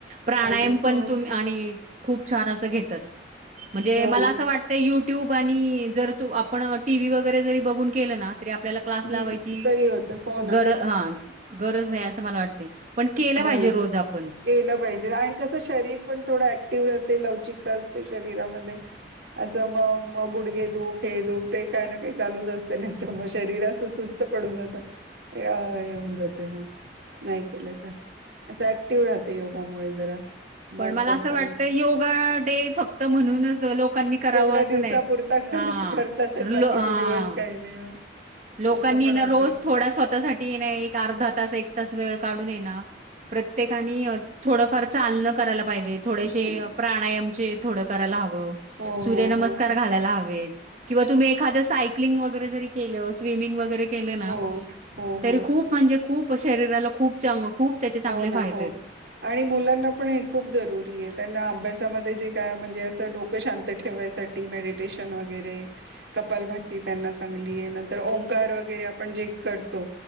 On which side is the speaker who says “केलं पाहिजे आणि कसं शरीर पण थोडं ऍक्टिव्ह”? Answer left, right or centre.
Right